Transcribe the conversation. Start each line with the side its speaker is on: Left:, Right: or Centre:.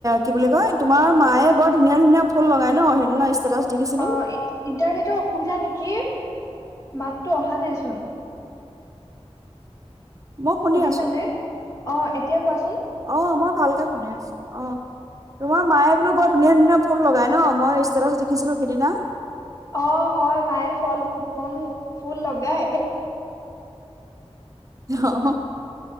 Right: কি বুলি কয় তোমাৰ মায়ে বৰ ধুনীয়া ধুনীয়া ফুল লগাই ন সেদিনা ষ্টেটাচ দেখিছিলো
Left: অ ইণ্টাৰনেটৰ অসুবিধা নেকি। মাততো অহা নাইচোন
Right: মই শুনি
Left: শুনিছানে
Right: আছো
Left: অ' এতিয়া কোৱাচোন,
Right: অ' মই ভালকে শুনে অ তোমাৰ মায়ে বোলো বৰ ধুনীয়া ধুনীয়া ফুল লগাই ন মই ষ্টেটাছ দেখিছিলো সিদিনা
Left: অ হয় মায়ে ফল, ফোন, ফুল লগায়।
Right: অ